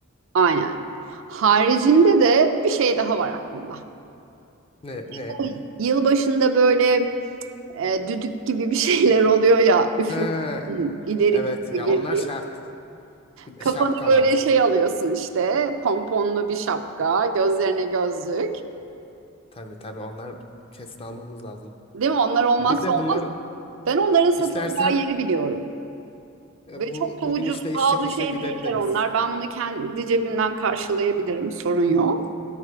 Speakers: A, on the right (about 65°); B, on the left (about 25°).
A: aynen. Haricinde de bir şey daha var aklımda.
B: Ne ne?
A: O yılbaşında böyle e, düdük gibi bir <laughs> şeyler oluyor ya. Üfür
B: Ha,
A: ileri
B: evet
A: git geri
B: ya onlar
A: git.
B: şart. Bir de
A: Kafanı
B: şapka
A: böyle
B: lazım.
A: şey alıyorsun işte. Pomponlu bir şapka, gözlerine gözlük.
B: Tabii tabii onlar kesin almamız lazım.
A: Değil mi? Onlar olmazsa
B: Ya bir de
A: olmaz.
B: bunlar
A: Ben onların satılacağı
B: istersen
A: yeri biliyorum.
B: e,
A: Ve
B: bu
A: çok
B: bugün
A: da ucuz,
B: işte
A: pahalı
B: iş çıkışı
A: şey
B: gidebiliriz.
A: değiller onlar. Ben bunu kendi cebimden karşılayabilirim, sorun yok.